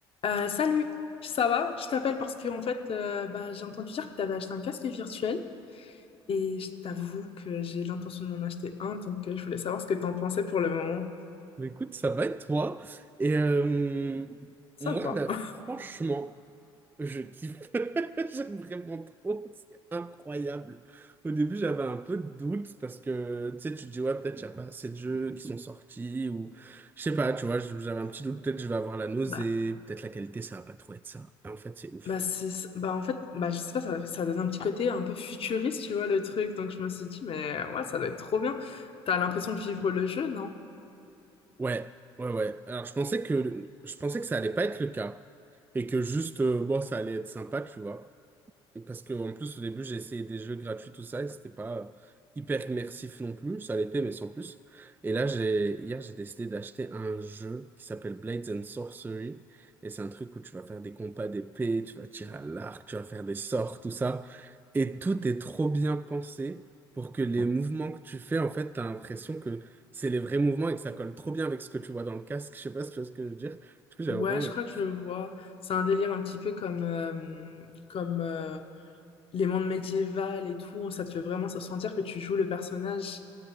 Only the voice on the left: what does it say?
Euh, salut, ça va? Je t'appelle parce que en fait, euh, bah, j'ai entendu dire que tu avais acheté un casque virtuel et je t'avoue que j'ai l'intention d'en acheter un, donc euh, je voulais savoir ce que tu en pensais pour le moment.
Ça
va.
<laughs>
Bah,
bah, c'est, c'est- bah en fait, bah, je sais pas, ça, ça donne un petit côté un peu futuriste, tu vois, le truc, donc je me suis dit, mais ouais, ça doit être trop bien. T'as l'impression de vivre le jeu, non?
Ouais,
je crois que je le vois. C'est un délire un petit peu comme, euh, comme euh, les mondes médiévaux et tout, ça te fait vraiment sentir que tu joues le personnage.